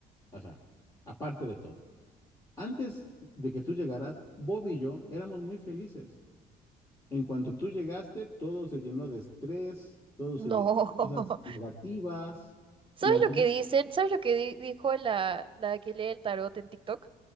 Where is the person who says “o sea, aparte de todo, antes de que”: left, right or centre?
Left